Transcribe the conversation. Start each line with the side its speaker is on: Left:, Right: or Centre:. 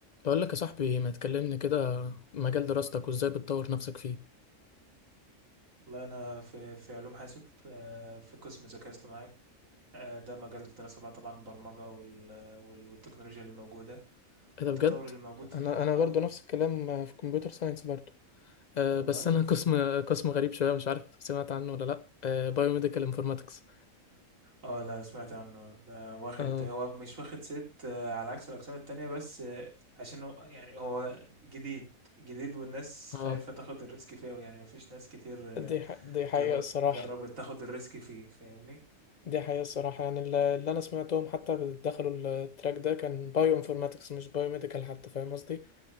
Left: بقول لك يا صاحبي ما تكلمني كده مجال دراستك وازاي بتطور نفسك فيه
Right: والله أنا في في علوم حاسب آه، في قسم ذكاء اصطناعي آه، ده مجال الدراسة بقى طبعا البرمجة وال- وال- والتكنولوجيا اللي موجودة
Left: ايه
Right: والتطور
Left: ده بجد
Right: اللي موجود فيه
Left: انا انا
Right: اه
Left: برضو نفس الكلام آه، في كمبيوتر ساينس برضو أه
Right: والله
Left: بس انا <laughs> قسم قسم غريب شويه مش عارف سمعت عنه ولا لا أه بايوميديكال انفورماتكس
Right: اه لا سمعت عنه ده واخد
Left: اه
Right: هو مش واخد صيت آه، على عكس الأقسام التانية بس آه، عشان هو يعني هو جديد جديد والناس
Left: اه
Right: خايفة تاخد الريسك فيه أوي يعني مفيش ناس كتير آه،
Left: دي ح... دي حقيقة
Right: جر-
Left: الصراحة
Right: جربت تاخد الريسك فيه فاهمني؟
Left: دي حقيقة الصراحة يعني الل- اللي أنا سمعتهم حتى دخلوا التراك ده كان بايو انفورماتكس مش بايو ميديكال حتى فاهم قصدي؟